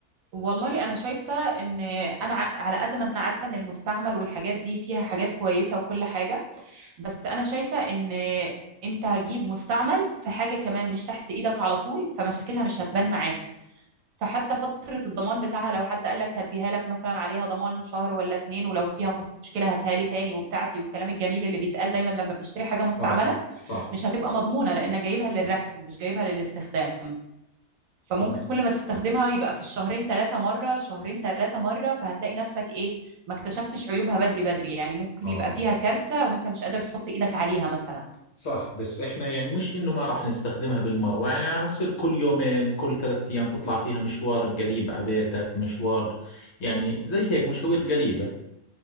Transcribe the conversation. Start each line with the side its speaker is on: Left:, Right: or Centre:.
Right: والله انا شايفة ان انا ع- على قد ما انا عارفة ان المستعمل والحاجات دي فيها حاجات كويسة وكل حاجة بس انا شايفة ان انت هتجيب مستعمل في حاجة كمان مش تحت ايدك على طول فمشاكلها مش هتبان معاك فحتى فترة الضمان بتاعها لو حد قال لك هديها لك مثلا عليها ضمان شهر ولا اتنين ولو فيها مشكلة هاتها لي تاني وبتاعتي والكلام الجميل اللي بيتقال دايما لما بنشتري حاجة مستعملة
Left: اه صح
Right: مش هتبقى مضمونة لأنك جايبها للركن مش جايبها للاستخدام فممكن
Left: اه
Right: كل ما تستخدمها يبقى في الشهرين ثلاثة مرة شهرين ثلاثة مرة فهتلاقي نفسك إيه ما اكتشفتش عيوبها بدري بدري يعني ممكن
Left: اه
Right: يبقى فيها كارثة وأنت مش قادر تحط إيدك عليها مثلا
Left: صح بس احنا يعني مش انه ما راح نستخدمها بالمرة يعني هتصير كل يومين كل ثلاث ايام تطلع فيها مشوار قريب على بيتك مشوار يعني زي هيك مشاوير قريبة